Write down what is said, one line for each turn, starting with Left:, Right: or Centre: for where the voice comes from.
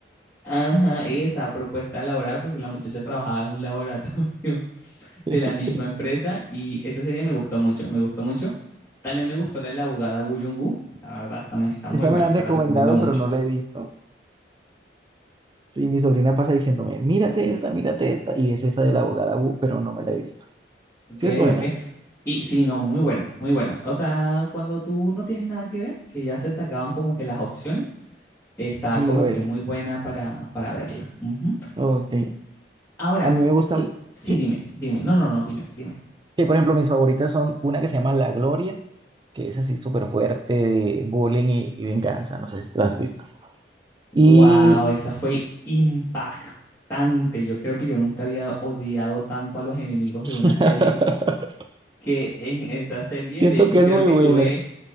Left: Ajá, esa propuesta laboral, porque la muchacha trabajaba en un laboratorio <laughs>
Right: <laughs>
Left: de la misma empresa y esa serie me gustó mucho, me gustó mucho. También me gustó la de la abogada Woo Jung-woo, la verdad también está
Right: Esa
Left: muy buena,
Right: me la han
Left: te
Right: recomendado,
Left: la recomiendo mucho.
Right: pero no la he visto. Y mi sobrina pasa diciéndome, mírate esta, mírate esta. Y es esa de la abogada Wu, pero no me la he visto.
Left: Ok,
Right: Sí es buena,
Left: ok. Y sí, no, muy buena, muy buena. O sea, cuando tú no tienes nada que ver, que ya se te acaban como que las opciones, está
Right: miro
Left: como que
Right: esa.
Left: muy buena para, para verla. Ujú.
Right: Ok.
Left: Ahora,
Right: A mí me gustan,
Left: tú, sí,
Right: sí.
Left: dime, dime, no, no, no, dime, dime.
Right: Que por ejemplo mis favoritas son una que se llama La Gloria, que es así súper fuerte, de bullying y, y venganza. No sé si te la has visto.
Left: Wow,
Right: Y
Left: esa fue impactante. Yo creo que yo nunca había odiado tanto a los enemigos
Right: <laughs>
Left: de una serie que en esa serie,
Right: siento
Left: de hecho,
Right: que
Left: creo
Right: es muy
Left: que
Right: buena.
Left: tuve,